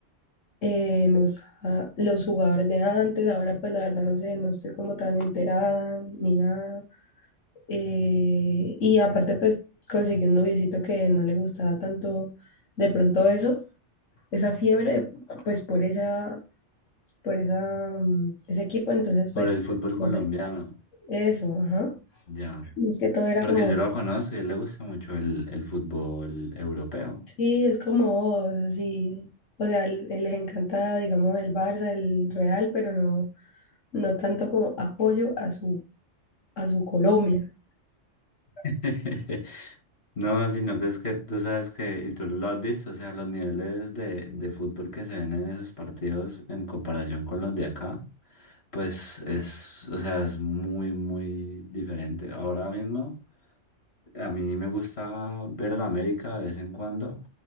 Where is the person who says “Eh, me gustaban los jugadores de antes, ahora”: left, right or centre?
Left